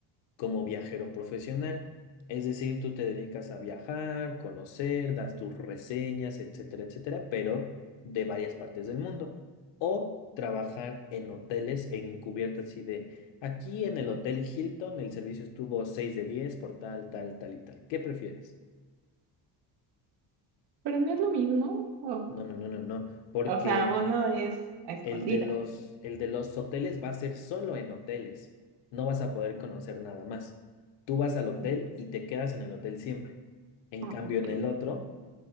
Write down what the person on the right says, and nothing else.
Pero no es lo mismo. O,
o sea, uno es a escondidas.
Mm,
Ah,
ok.